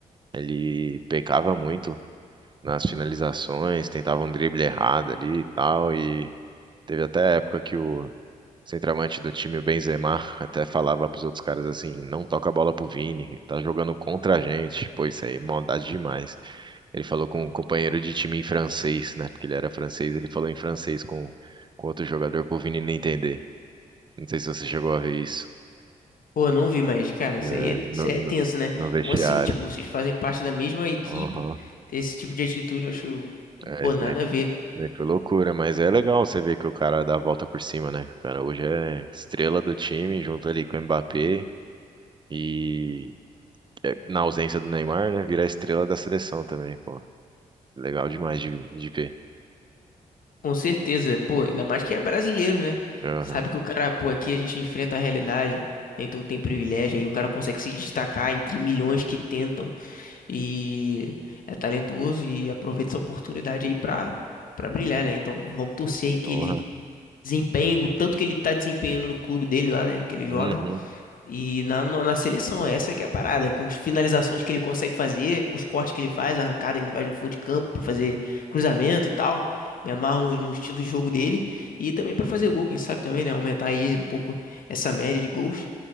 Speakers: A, on the right (about 30°); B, on the left (about 65°).
A: Ele pecava muito nas finalizações, tentava um drible errado ali e tal, e teve até a época que o Centroavante do time, o Benzema, até falava pros outros caras assim, não toca a bola pro Vini, ele tá jogando contra a gente. Pô, isso aí é maldade demais. Ele falou com um companheiro de time em francês, né? Porque ele era francês, ele falou em francês com, com outro jogador pro Vini não entender. Não sei se você chegou a ver isso.
B: Pô, eu não vi, mas, cara,
A: É,
B: isso aí é,
A: no,
B: isso aí
A: no,
B: é tenso, né?
A: no vestiário.
B: Como assim, tipo, vocês fazem parte da mesma equipe,
A: Aham.
B: ter esse tipo de atitude, eu acho,
A: É,
B: pô,
A: isso
B: nada
A: daí,
B: a ver.
A: daí foi loucura, mas é legal você ver que o cara dá a volta por cima, né? O cara hoje é estrela do time, junto ali com o Mbappé. E é, na ausência do Neymar, né? Virar estrela da seleção também, pô. Legal demais de, de ver.
B: Com certeza, pô, ainda mais que é brasileiro, né?
A: Aham.
B: Sabe que o cara, pô, aqui a gente enfrenta a realidade, né? então tem privilégio, aí o cara consegue se destacar entre milhões que tentam e é talentoso e aproveita essa oportunidade aí pra, pra brilhar, né? Então vamos torcer aí que
A: Porra.
B: ele desempenhe o tanto que ele tá desempenhando no clube dele lá, né? Que ele joga.
A: Uhum.
B: E na, na na seleção, essa que é a parada, é com as finalizações que ele consegue fazer, os cortes que ele faz, a arrancada que ele faz no fundo de campo pra fazer cruzamento e tal. Me amarro no, no estilo de jogo dele e também pra fazer gol, quem sabe também, né? Aumentar aí um pouco essa média de gols.